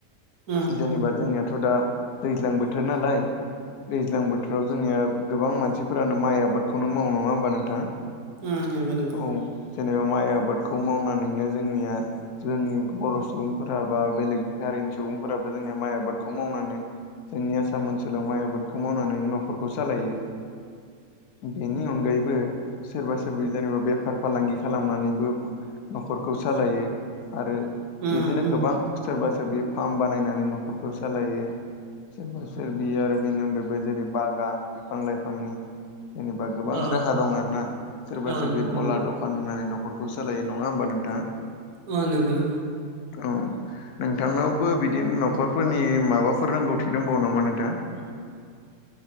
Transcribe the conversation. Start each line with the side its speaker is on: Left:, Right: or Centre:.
Right: उम
Left: जेनेबा
Right: उम
Left: जोंनियाथ' दा दैज्लां बोथोर नालाय दैज्लां बोथोराव जोंनिया गोबां मानसिफोरानो माइ आबादखौनो मावो नङा होमबा नोंथां?
Right: उम नंगौ नंगौ
Left: औ जेनेबा माइ आबादखौ मावनानैनो जोंनिया जोंनि बर' सुबुंफोरा बा बेलेग हारिनि सुबुंफोराबो जोंनि माइ आबादखौ मावनानै जोंनि आसाम ओनसोलाव माइ आबादखौ मावनानै न'खरखौ सालायो बेनि अनगायैबो सोरबा सोरबि जेनेबा बेफार फालांगि खालामनानैबो न'खरखौ सालायो आरो
Right: उम
Left: बिदिनो
Right: उम
Left: गोबां सोरबा सोर बे फार्म बानायनानै न'खरखौ सालायो सोरबा सोरबि आरो बेनि अनगायैबो जेरै बागान बिफां लाइफांनि जेनेबा गोबां
Right: ओ
Left: राहा दं आर ना सोरबा
Right: ओ
Left: सोरबि
Right: नंगौ
Left: गला
Right: नंगौ
Left: दखान होनानै न'खरखौ सालायो नङा होमबा नोंथाङा
Right: ओ नंगौ नंगौ।
Left: औ नोंथांनावबो बिदिनो न'खरफोरनि माबाफोर रोंगौथि दंबावो नामा नोंथां?